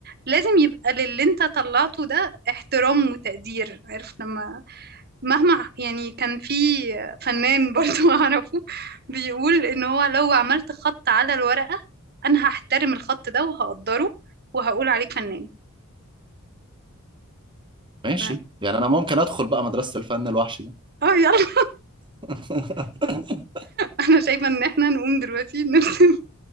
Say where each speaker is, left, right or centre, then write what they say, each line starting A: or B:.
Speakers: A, on the right (about 45°); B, on the right (about 20°).
A: لازم يبقى للي انت طلعته ده احترام وتقدير عارف لما مهما يعني كان في فنان برضو <laughs> أعرفه بيقول ان هو لو عملت خط على الورقة انا هحترم الخط ده وهقدره وهقول عليك فنان
B: ماشي
A: لا.
B: يعني انا ممكن ادخل بقى مدرسه الفن الوحش ده
A: اه يلا
B: <laughs>
A: انا شايفة ان احنا نقوم دلوقتي نرسم <laughs>